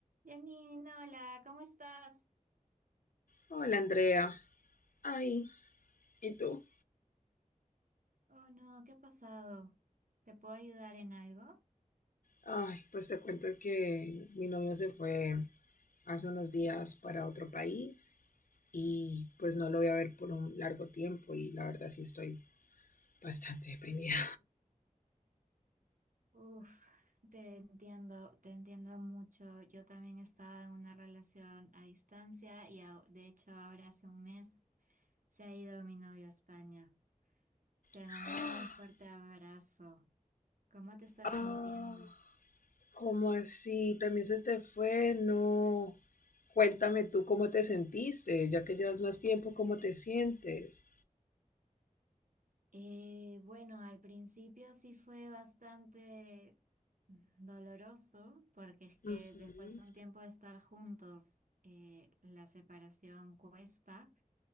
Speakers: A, on the right; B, on the left.
A: Janine, hola, ¿cómo estás?
B: Hola Andrea. Ay, ¿y tú?
A: Oh no, ¿qué ha pasado? ¿Te puedo ayudar en algo?
B: Ay, pues te cuento que mi novio se fue hace unos días para otro país y pues no lo voy a ver por un largo tiempo y la verdad sí estoy bastante deprimida.
A: Uf, te entiendo, te entiendo mucho. Yo también estaba en una relación a distancia y a- de hecho ahora hace un mes se ha ido mi novio a España. Te
B: <gasps>
A: mando un fuerte abrazo. ¿Cómo te estás
B: Ah,
A: sintiendo?
B: ¿cómo así? ¿También se te fue? No. Cuéntame tú cómo te sentiste, ya que llevas más tiempo, ¿cómo te sientes?
A: Eh, bueno, al principio sí fue bastante doloroso, porque es que
B: Ujú,
A: después de un tiempo de estar juntos, eh, la separación cuesta,